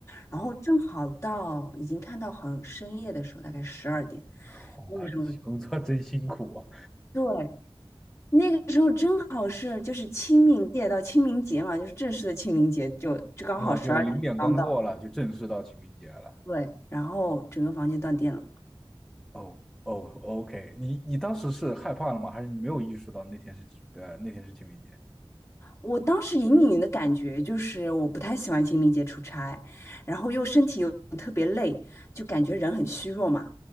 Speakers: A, on the left; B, in the centre.
A: 然后正好到已经看到很深夜的时候，
B: 啊。
A: 大概十二点，
B: <laughs> 哇，
A: 那个时候，
B: 工作真辛苦啊！
A: 对，那个时候正好是就是清明节到清明节嘛，就是正式的清明节就，就刚好十二点刚到，
B: 啊，就零点刚过了，就正式到清明节了。
A: 对，然后整个房间断电了。
B: 哦哦，OK，你你当时是害怕了吗？还是你没有意识到那天是呃那天是清明节
A: 我当时隐隐的感觉就是我不太喜欢清明节出差，然后又身体又特别累，就感觉人很虚弱嘛。